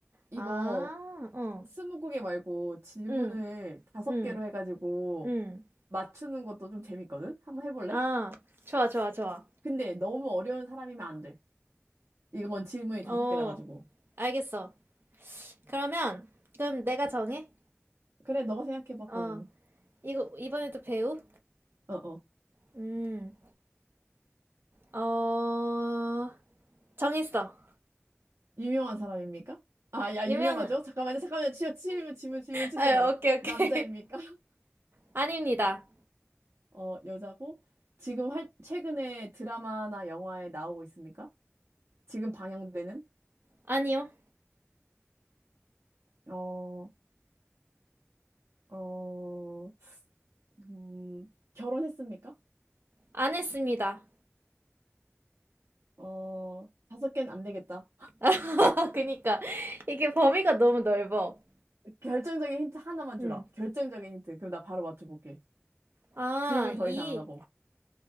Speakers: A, on the right; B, on the right.
A: 이거
B: 아, 어,
A: 스무 곡개 말고 질문을
B: 음,
A: 다섯
B: 음,
A: 개로 해가지고
B: 음.
A: 맞추는 것도 좀 재밌거든? 한번 해볼래?
B: 아, 좋아, 좋아, 좋아.
A: 근데 너무 어려운 사람이면 안 돼. 이건 질문이 다섯
B: 어,
A: 개라 가지고.
B: 알겠어. 그러면 그럼 내가 정해?
A: 그래, 너가 생각해봐,
B: 어.
A: 그러면은.
B: 이거 이번에도 배우?
A: 어, 어.
B: 음, 어, 정했어.
A: 유명한 사람입니까? 아, 야,
B: 유명,
A: 유명하죠? 잠깐만요, 잠깐만요. 치, 질문, 질문, 질문 치세요.
B: 아, 오케이, 오케이.
A: 남자입니까? <laughs>
B: <laughs> 아닙니다.
A: 어, 여자고? 지금 할, 최근에 드라마나 영화에 나오고 있습니까? 지금 방영되는?
B: 아니요.
A: 어, 어, 음, 결혼했습니까?
B: 안 했습니다.
A: 어, 다섯 개는 안 되겠다.
B: <laughs> 그니까, 이게 범위가 너무 넓어.
A: 결정적인 힌트 하나만
B: 음.
A: 주라. 결정적인 힌트. 그럼 나 바로 맞춰볼게.
B: 아,
A: 질문 더
B: 이,
A: 이상 안 하고.